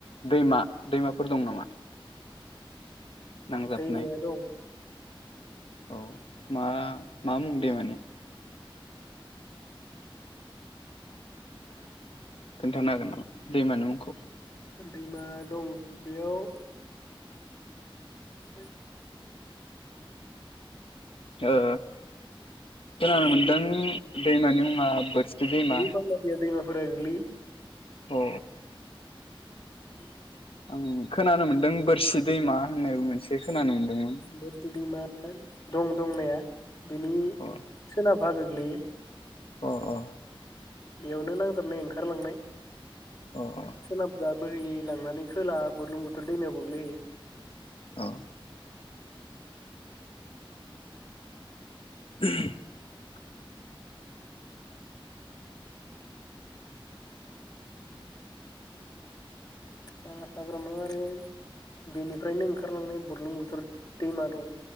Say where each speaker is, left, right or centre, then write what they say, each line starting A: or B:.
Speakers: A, on the left; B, on the left.
A: दैमा- दैमाफोर दं नामा नांजाबनाय
B: दैमाया दं
A: औ मा मा मुं दैमानि खोन्थानो हागोन नामा दैमानि मुंखौ
B: दैमा दं बेयाव <unintelligible>
A: ओ खोनानो
B: गोग्लैयो
A: मोनदों दैमानि मुङा बोरसि दैमा
B: बांलादिया दैमाफोरा फोरा गोग्लैयो
A: अ
B: <unintelligible>
A: आं खोनानो मोन्दों बोरसि दैमा होननायबो मोनसे खोनानो मोनदोंमोन
B: बोरसि दैमा दं दंनाया बिनि
A: अ
B: सोनाब बागो <unintelligible>
A: अ अ
B: बेयावनो नांजाबनाय ओंखारलांनाय
A: अ अ
B: सोनाबजा बोहैलांनानै खोला बुरलुंबुथुर दैमायाव गोग्लैहैयो
A: अ <unintelligible>
B: मानास हाग्रामायाव आरो बेनिफ्रायनो ओंखारलांनाय बुरलुंबुथुर दैमा दं